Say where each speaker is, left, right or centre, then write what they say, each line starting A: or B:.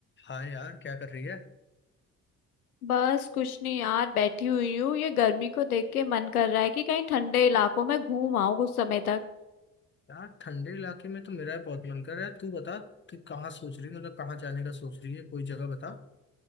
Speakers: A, on the left (about 25°); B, on the left (about 80°).
A: हाँ यार क्या कर रही है
B: बस कुछ नहीं यार बैठी हुई हूँ ये गर्मी को देख के मन कर रहा है कि कहीं ठंडे इलाकों में घूम आऊं कुछ समय तक
A: यार ठंडे इलाके में तो मेरा भी बहुत मन कर रहा है तू बता तू कहाँ सोच रही है मतलब कहाँ जाने का सोच रही है कोई जगह बता